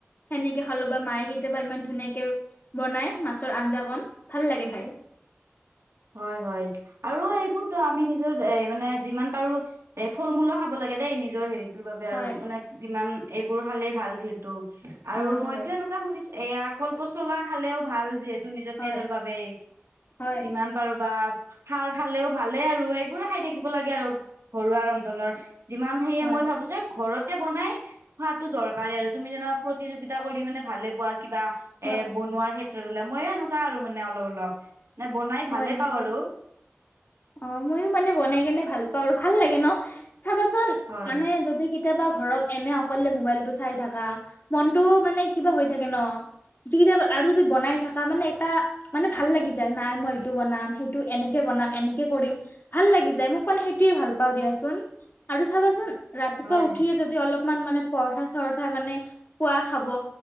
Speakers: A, on the left (about 45°); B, on the right (about 80°).
A: সেনেকে খালোঁ বা মায়ে কেতিয়াবা ইমান ধুনীয়াকে বনাই মাছৰ আঞ্জা কন ভাল লাগে খাই।
B: হয়, হয়। আৰু এইবোৰতো আমি নিজৰ এ মানে যিমান পাৰোঁ এ ফল মূলো খাব লাগে দেই নিজৰ হেৰিত। দেহ তোৰ বাবে
A: হয়
B: আৰু মানে যিমান এইবোৰ খালেই ভাল যিহেতু।
A: হয়
B: আৰু মইতো
A: হয়
B: এনেকুৱা শুনিছোঁ এয়া কল পচলা খালেও ভাল যিহেতু নিজৰ
A: হয়
B: তেজৰ বাবেই।
A: হয়
B: যিমান পাৰোঁ বা খাৰ খালেও ভালেই আৰু এইবোৰে খাই থাকিব লাগে আৰু ঘৰুৱা ৰন্ধনৰ। যিমান সেয়ে
A: হয়
B: মই ভাবোঁ যে ঘৰতে বনাই খোৱাটো দৰকাৰী আৰু তুমি যেনেকা প্ৰতিযোগিতা কৰি মানে ভালে পোৱা কিবা
A: হয়
B: এ বনোৱাৰ ক্ষেত্ৰত হ'লে মইয়ো এনেকুৱা আৰু মানে অলপ, অলপ। নাই বনাই
A: হয়
B: ভালে
A: নিকি?
B: পাওঁ আৰু
A: অ মইও মানে বনাই কেনে ভাল পাওঁ আৰু ভাল লাগে ন চাবাচোন।
B: হয়
A: মানে যদি কেতিয়াবা ঘৰত এনে অকলে মোবাইলটো চাই থাকা মনটো মানে কিবা হৈ থাকে ন। যি কেইটা আৰু যদি বনাই থাকা মানে এটা মানে ভাল লাগি যায় নাই মই। সেইটো বনাম সেইটো এনেকে বনাম এনেকে কৰিম ভাল লাগি যায় মোক মানে সেইটোয়ে ভাল পাওঁ দিয়াচোন। আৰু চাবাচোন ৰাতিপুৱা
B: হয়
A: উঠি যদি অলপমান মানে পৰঠা চৰঠা মানে খোৱা খাব